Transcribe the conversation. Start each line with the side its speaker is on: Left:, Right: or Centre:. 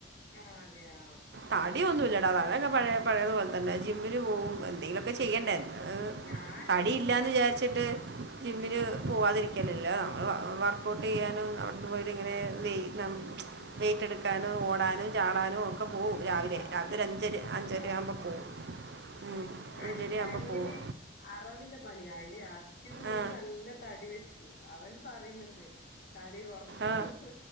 Left: ആ അതെയാ
Right: തടിയൊന്നുല്ലെടാ അതൊക്കെ പഴേ പഴേത്പോലെ തനെ ജിമ്മിന് പോവും എന്തെങ്കിലൊക്കെ ചെയ്യെണ്ടേ. എ
Left: ഞാനെന്റെ
Right: തടിയില്ലാന്ന് വിചാരിച്ചിട്ട് ജിമ്മിന്
Left: ആ
Right: പോവാതിരിക്ക- ഇല്ലല്ലാ നമ്മള് വ വർ‍കൗട്ടെയ്യാനും അവി- ഇവര് ഇങ്ങനെ വെയ് ന്നമ് ച്ച് വെയ്റ്റെടുക്കാനോ ഓടാനും ചാടാനും ഒ- ക്കെ പോവും രാവിലെ
Left: ആ
Right: രാവിലെ
Left: അങ്ങനൊക്കെ
Right: ഒരഞ്ചരെ
Left: പോവുല്ലേ
Right: അഞ്ചരരെ ആവുമ്പൊ
Left: ഉം
Right: പോവും. ഉം അഞ്ചരെയാവുമ്പൊ
Left: എന്റെ അനിയന്
Right: പോവും
Left: അറവിന്റെ പണി അയ്ല് അർച്ചി തിന്ന്ട്ട്
Right: ആ
Left: നല്ല തടി വെച്ചു അവൻ. പറയുന്നുണ്ട് തടി കൊറക്കണം
Right: ആ